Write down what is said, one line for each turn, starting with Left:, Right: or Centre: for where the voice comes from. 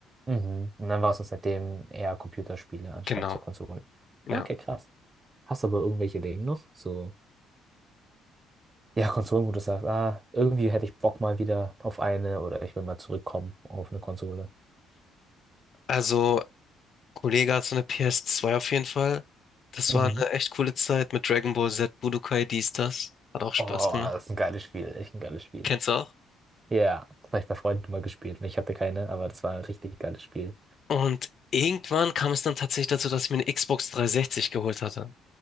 Right: Mhm. Und dann warst du seitdem eher Computerspiele anstatt
Left: Genau,
Right: zur Konsole.
Left: ja.
Right: Okay, krass. Hast du aber irgendwelche Dinge noch? So, ja, Konsolen, wo du sagst, ah, irgendwie hätte ich Bock mal wieder auf eine oder ich will mal zurückkommen auf eine Konsole.
Left: Also, Kollege hat so eine PS2 auf jeden Fall. Das
Right: Mhm.
Left: war eine echt coole Zeit mit Dragon Ball Z, Budokai, dies, das. Hat auch Spaß
Right: Oh,
Left: gemacht.
Right: das ist ein geiles Spiel, echt ein geiles Spiel.
Left: Kennst du auch?
Right: Ja, das habe ich bei Freunden mal gespielt und ich hatte keine, aber das war ein richtig geiles Spiel.
Left: Und irgendwann kam es dann tatsächlich dazu, dass ich mir eine Xbox 360 geholt hatte.